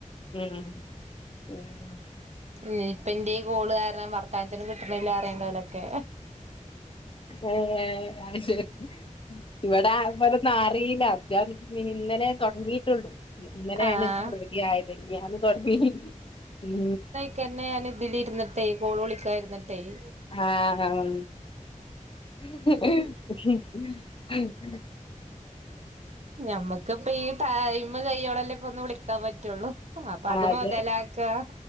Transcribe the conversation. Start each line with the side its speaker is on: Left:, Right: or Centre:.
Left: ഉം ഏഹ്
Right: ഉം ഇപ്പൊ ഇന്റെ ഈ കോള് കാരണം വർത്താനത്തിനും കിട്ടണില്ലാ പറീണ്ടോലൊക്കെ
Left: ഏഹ് അഹ് ശെരി ഇവടെ <unintelligible> അറീല. <unintelligible> ഇന്നലെ തൊടങ്ങീട്ടൊള്ളൂ ഇന്നലെയാണ്
Right: ആഹ്
Left: റെഡിയായത്. മിനിഞ്ഞാന്ന് തൊടങ്ങി ഉം
Right: <unintelligible> ഇതില് ഇരുന്നിട്ടേയ് കോള് വിളിക്കാ ഇരുന്നിട്ടേയ്
Left: ആഹ് <unintelligible>
Right: ഞമ്മക്ക് ഇപ്പൊ ഈ ടൈമ് കയ്യോളല്ലേ ഇപ്പൊ ഒന്ന് വിളിക്കാൻ പറ്റൊള്ളൂ. അപ്പൊ അത്
Left: അതെ
Right: മൊതലാ ക്കാ